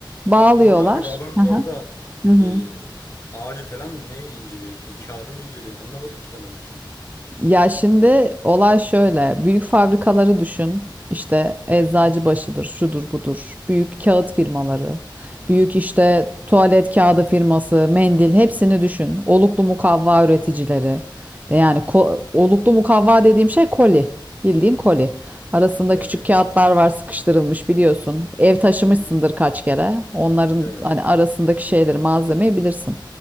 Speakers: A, on the right; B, on the left.
A: Bağlıyorlar.
B: Doğan abi laboratuvarda
A: Hı hı. Hı hı.
B: e, ağacı falan neyi inceliyor? Ki- <laughs> Kağıdı mı inceliyor? Anlamadım ki ben onun işini.
A: Ya şimdi olay şöyle. Büyük fabrikaları düşün. İşte Eczacıbaşı'dır,
B: Hı hı.
A: şudur budur. Büyük kağıt firmaları, büyük işte tuvalet kağıdı firması, mendil hepsini düşün. Oluklu mukavva üreticileri. yani oluklu mukavva dediğim şey koli. Bildiğin koli. Arasında
B: Evet.
A: küçük kağıtlar var sıkıştırılmış biliyorsun. Ev taşımışsındır
B: Hı hı.
A: kaç kere. Onların
B: Evet.
A: hani arasındaki şeyleri, malzemeyi bilirsin.